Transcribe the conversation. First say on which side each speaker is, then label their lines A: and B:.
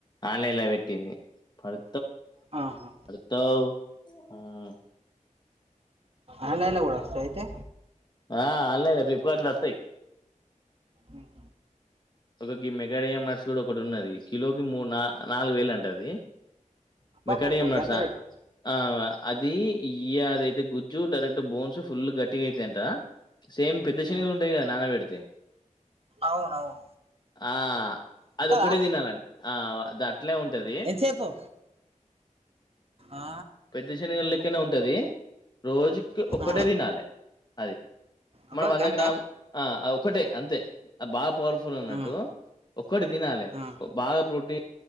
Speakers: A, on the left; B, on the right.
A: ఆన్లైన్లో వెట్టింది పడు
B: ఆహా.
A: త
B: ఆన్లైన్ కూడా వస్తా అయితే
A: ఆ ఆన్లైన్ ఫ్లిప్కార్ట్ లోత్తాయి
B: ఉమ్.
A: ఒక మెగాడియం నట్స్ కూడా ఒకటి ఉన్నది కిలోకి మూ నాలుగు వేలు అంటుది
B: అబ్బాబాబు
A: మీ కడియం నడుసా
B: ఎంత రేటు
A: ఆ మా అది ఇ అదైతే గుజ్జు డైరెక్ట్ బోన్స్ ఫుల్ గట్టిగా అయితాంట సేమ్ పెద్ద శనగలు
B: ఆ.
A: ఉంటాయి కదా నాన పెడితే
B: అవునవును
A: ఆ అది
B: అత్తవా
A: ఒకటే తినాలండి ఆ అద ఎట్లా ఉంటది
B: ఎంతసేపు ఆ,
A: పెద్దశణ ఉంటదింది రోజు ఒకటే
B: ఆ.
A: దినాలే అది
B: అబ్బా
A: మన వంద
B: గంట
A: గ్రామ్ ఓక్ ఒక్కటే అంతే ఆబా పోవరం ఫుల్ ఉన్నట్టు
B: ఉమ్,
A: ఒక్కటి తినాలి
B: ఉమ్.
A: బాగా ప్రోటీన్